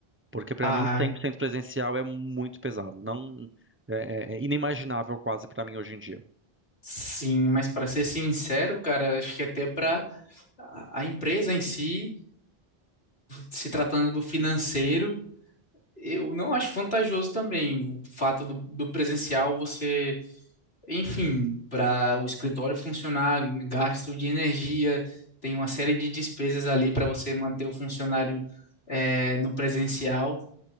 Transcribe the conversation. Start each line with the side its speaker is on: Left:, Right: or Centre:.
Right: Porque para
Left: Ah,
Right: mim 100% presencial é muito pesado, não é, é é inimaginável quase para mim hoje em dia.
Left: sim, mas para ser sincero, cara, acho que até para a a empresa em si, se tratando do financeiro, eu não acho vantajoso também o fato do, do presencial você, enfim, para o escritório funcionar, gasto de energia, tem uma série de despesas ali para você manter o funcionário eh, no presencial.